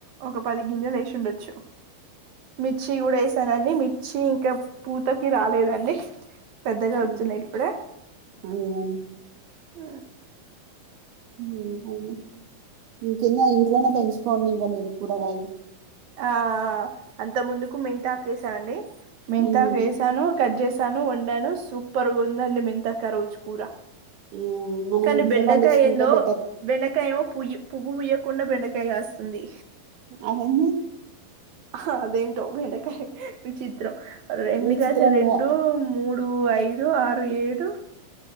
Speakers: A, on the right (about 65°); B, on the right (about 90°).
A: ఒక పది గింజలు వేస్ ఉండొచ్చు మిర్చి కూడా వేసానండి మిర్చి ఇంకా పూతకి రాలేదండి పెద్దగా
B: ఉమ్,
A: వచ్చినాయి ఇప్పుడే
B: ఉమ్.
A: ఆ
B: ఇంకాండీ హ్మ్ కింద ఇంట్లోనే పెంచుకోండి ఇంకా మీరు కూరగాయలు
A: ఆ అంత ముందుకు మెంతకు వేసానండి మెంతకు
B: ఉమ్,
A: వేసాను కట్ జెస్త్ తను ఉండాను సూపర్గా ఉందండి మెంతాకు ఆ రోజ్ కూరా
B: ఉమ్, మనం
A: కానీ
B: ఇంట్లో
A: బెండకాయ
B: పండించుకుంటే
A: ఏందో
B: బెటర్
A: బెండకాయ్ యేవో పూవ్యూ పువ్వు పూయకుండా బెండకాయ కాస్తుంది
B: ఆనంది
A: ఆ అదేంటో బెండకాయ విచిత్రం రెండు
B: విచిత్రంగా
A: కాసలు రెండు మూడు ఐదు ఏ ఆరు ఏడు